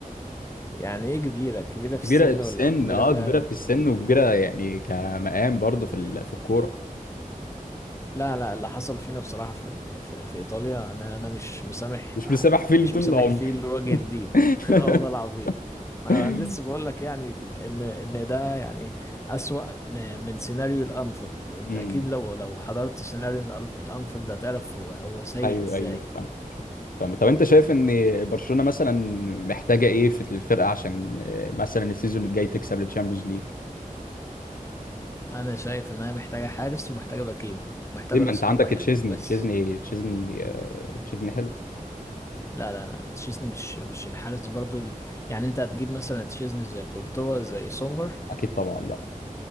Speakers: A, on the left; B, on the left.
A: يعني ايه كبيرة كبيرة
B: كبيره
A: في السن
B: في السن
A: ولا كبيرة
B: اه
A: فعلا
B: كبيره في
A: كبيرة
B: السن وكبيره يعني كمقام برضه في ال- في الكوره
A: لا لا اللي حصل فينا بصراحة في, في, في ايطاليا انا انا مش مسامح
B: مش بيسامح فيه
A: مش
B: طول
A: مسامح
B: العمر
A: فيه لوجه الدين
B: <laughs>
A: <laughs> اه والله العظيم انا
B: مم.
A: انا لسه بقول لك يعني ان ان ده يعني اسوأ م- من سيناريو الانفيلد انت
B: امم
A: اكيد لو لو حضرت سيناريو الأنف- الانفيلد هتعرف هو هو سيء
B: ايوه
A: ازاي
B: ايوه فاهم فاهم. طب انت شايف ان برشلونة مثلا محتاجة ايه في الفرقة عشان آه، مثلا السيزون الجاي تكسب الشامبيونز ليج
A: انا شايف ان هي محتاجة حارس ومحتاجة باكين محتاجة
B: ليه ما
A: راس
B: انت عندك
A: حربة حلو
B: تشيزني
A: بس
B: تشيزني تشيزني آه، تشيزني حلو
A: لا لا لا تشيزني مش مش الحارس برضو ال... يعني انت هتجيب مثلا تشيزني زي كورتوا زي سومر
B: اكيد طبعا لا